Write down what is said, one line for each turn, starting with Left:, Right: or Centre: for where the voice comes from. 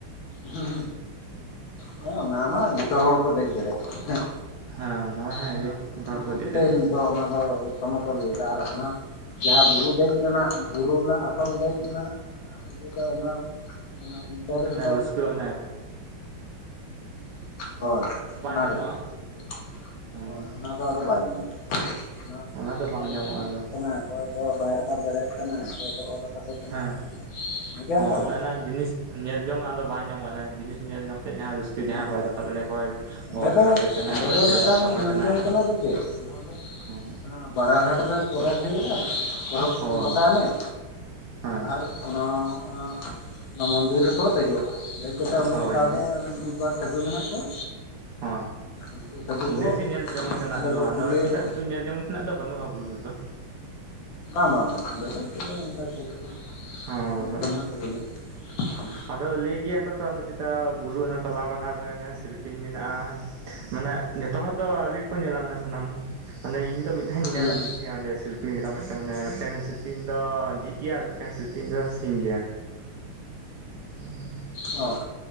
Left: ᱦᱸ ᱦᱮᱸ ᱚᱱᱟ ᱢᱟ ᱡᱚᱛᱚ ᱦᱚᱲ ᱠᱚ ᱫᱮᱡ ᱫᱟᱲᱮᱭᱟᱜᱼᱟᱱ᱾
Right: ᱦᱮᱸ ᱢᱟ ᱦᱮᱸ
Left: ᱚᱱᱟ
Right: ᱜᱮ ᱡᱚᱛᱚ
Left: ᱚᱱᱟ
Right: ᱦᱚᱲ ᱜᱮᱠᱚ
Left: ᱢᱟ
Right: ᱫᱮᱡ
Left: ᱠᱚ ᱞᱟᱹᱭ
Right: ᱫᱟᱲᱮᱭᱟᱜᱼᱟ
Left: ᱱᱤᱛᱚᱜ ᱚᱱᱟ ᱫᱚ ᱥᱚᱢᱚᱛᱚᱞ ᱡᱟᱭᱜᱟ ᱟᱨ ᱦᱟᱱᱟ ᱡᱟᱦᱟᱸ ᱵᱩᱨᱩ ᱫᱮᱡ ᱨᱮᱱᱟᱜ ᱵᱩᱨᱩ ᱨᱮᱱᱟᱜ ᱟᱴᱚᱞ ᱫᱮᱡ ᱨᱮᱱᱟᱜ ᱤᱭᱟᱹ ᱫᱚ ᱟᱭᱢᱟ ᱢᱟᱱᱮ ᱤᱱᱴᱟᱨᱮᱥ
Right: ᱨᱩᱥᱠᱟᱹᱱᱟ
Left: ᱦᱳᱭ ᱚᱱᱟ
Right: ᱧᱟᱢᱚᱜᱼᱟ
Left: ᱨᱮᱜᱮ ᱠᱤᱱᱛᱩ
Right: ᱦᱮᱸ
Left: ᱦᱳᱭ ᱚᱱᱟ᱾ ᱟᱫᱚ ᱵᱟᱭ ᱧᱟᱢ ᱚᱱᱟ
Right: ᱫᱚ ᱵᱟᱝ
Left: ᱚᱭ
Right: ᱧᱟᱢᱚᱜᱼᱟ
Left: ᱥᱞᱤᱯ‌
Right: ᱟᱫᱚ
Left: ᱚᱜ ᱠᱟᱱᱟᱭ ᱚᱠᱚᱭ ᱫᱚ ᱵᱟᱭ ᱨᱟᱠᱟᱵ ᱫᱟᱲᱮᱭᱟᱜ ᱠᱟᱱᱟ ᱚᱠᱚᱭ ᱫᱚ ᱚᱨ ᱨᱟᱠᱟᱵ ᱮ ᱠᱟᱱᱟ
Right: ᱦᱮᱸ
Left: ᱠᱚ ᱚᱱᱟ ᱨᱮᱱᱟᱜ ᱢᱚᱡᱟ
Right: ᱦᱚᱸ
Left: ᱜᱮ ᱟᱞᱟᱫᱟ᱾
Right: ᱚᱱᱟ ᱨᱮᱱᱟᱜ ᱡᱤᱱᱤᱥ ᱧᱮᱞ ᱡᱚᱝ ᱟᱫᱚ ᱵᱟᱝ ᱧᱟᱢᱚᱜᱼᱟ ᱡᱤᱱᱤᱥ ᱧᱮᱞ ᱡᱚᱝ ᱛᱮ ᱡᱟᱦᱟᱸ ᱨᱟᱹᱥᱠᱟᱹ᱾
Left: ᱦᱩᱸ
Right: ᱡᱟᱦᱟᱸᱭ ᱵᱟᱭ
Left: ᱦᱩᱸ
Right: ᱨᱟᱠᱟᱵ
Left: ᱦᱩᱸ
Right: ᱫᱟᱲᱮ ᱚᱠᱚᱭ ᱜᱚᱦᱚᱲ
Left: ᱚᱸᱰᱮ
Right: ᱨᱟᱠᱟᱵ
Left: ᱫᱚ
Right: ᱮ ᱠᱟᱱᱟ
Left: ᱚᱸᱰᱮ
Right: ᱚᱠᱚᱭ
Left: ᱫᱚ
Right: ᱴᱷᱮᱞᱟᱣ
Left: ᱢᱤᱫᱴᱟᱝ
Right: ᱨᱟᱠᱟᱵᱮ
Left: ᱧᱮᱞ
Right: ᱠᱟᱱᱟᱭ᱾
Left: ᱡᱚᱝ ᱛᱮᱱᱟᱜ ᱫᱚ ᱪᱮᱫ ᱚᱱᱮ ᱚᱸᱰᱮ
Right: ᱦᱮᱸ
Left: ᱚᱱᱟ ᱵᱟᱨᱟᱜᱷᱟᱴ ᱨᱮ ᱯᱚᱨᱚᱵᱽ ᱦᱩᱭᱩᱜᱼᱟ ᱯᱚᱨᱚᱵᱽ
Right: ᱦᱳᱭ
Left: ᱯᱟᱛᱟ ᱮᱱᱮᱡ
Right: ᱦᱮᱸ
Left: ᱟᱨ ᱚᱱᱟ ᱚᱱᱟ ᱚᱱᱟ ᱢᱚᱱᱫᱤᱨ ᱨᱮᱠᱚ ᱫᱮᱡᱚᱜᱼᱟ᱾ ᱫᱮᱡ ᱠᱟᱛᱮ ᱚᱸᱰᱮ
Right: ᱦᱳᱭ
Left: ᱪᱮᱛᱟᱱ ᱨᱮ ᱢᱤᱫ ᱵᱟᱨ ᱥᱟᱫᱷᱩ ᱢᱮᱱᱟᱜ ᱠᱚᱣᱟ᱾
Right: ᱦ
Left: ᱩᱱᱠᱩ ᱥᱟᱹᱫᱷᱩ
Right: ᱤᱱᱟᱹᱜᱮ
Left: ᱠᱚ
Right: ᱧᱮᱞ ᱡᱚᱝ ᱛᱮᱱᱟᱜ
Left: ᱚᱸᱰᱮ
Right: ᱫᱚ
Left: ᱠᱚ
Right: ᱟᱫᱚ
Left: ᱯᱩᱡᱟᱹᱭᱟᱠᱚ
Right: ᱮᱴᱟᱜ ᱠᱤᱪᱷᱩ ᱧᱮᱞ ᱡᱚᱝ ᱩᱱᱟᱜ ᱫᱚ ᱵᱟᱹᱱᱩᱜᱼᱟ ᱵᱩᱨᱩ ᱨᱮᱫᱚ᱾
Left: ᱵᱟᱝ ᱵᱟᱝ ᱵᱟᱝ ᱚᱸᱰᱮ ᱫᱚ ᱪᱮᱫ ᱫᱚ ᱚᱱᱠᱟ ᱥᱮᱨᱚᱠᱚᱢ
Right: ᱦᱚᱸ
Left: ᱧᱮᱞ
Right: ᱵᱟᱹᱱᱩᱜᱼᱟ
Left: ᱡᱚᱝ ᱨᱮᱱᱟᱜ ᱫᱚ ᱵᱟᱹᱱᱩᱜᱼᱟ ᱦᱮᱸ
Right: ᱟᱫᱚ ᱞᱟᱹᱭ ᱜᱮᱭᱟ ᱠᱚᱛᱚ ᱪᱮᱛᱟ ᱵᱩᱨᱩ ᱛᱟᱞᱟ ᱢᱟᱞᱟ ᱨᱮ ᱥᱤᱞᱯᱤᱧ ᱢᱮᱱᱟᱜᱼᱟ᱾ ᱢᱟᱱᱮ ᱡᱚᱛᱚ ᱦᱚᱲ ᱫᱚ ᱟᱹᱣᱨᱤᱠᱚ ᱧᱮᱞᱟ ᱚᱱᱟ ᱥᱟᱱᱟᱢ ᱢᱟᱱᱮ ᱤᱧ ᱫᱚ ᱢᱤᱫ ᱫᱷᱟᱣ ᱤᱧ
Left: ᱦᱩᱸ
Right: ᱧᱮᱞ ᱟᱹᱱᱤ ᱛᱟᱦᱮᱸᱜ ᱚᱸᱰᱮ ᱯᱤᱱ ᱞᱮᱠᱟ ᱢᱤᱫᱴᱟᱝ ᱢᱮᱱᱟᱭᱟ ᱢᱤᱫᱴᱟᱝ ᱥᱤᱞᱯᱤᱧ ᱫᱚ ᱡᱷᱤᱡ ᱜᱮᱭᱟ ᱟᱨ ᱢᱤᱫᱴᱟᱹᱝ ᱥᱤᱞᱯᱤᱧ ᱫᱚ ᱥᱤᱧ ᱜᱮᱭᱟ᱾ ᱦᱩᱸ
Left: ᱚ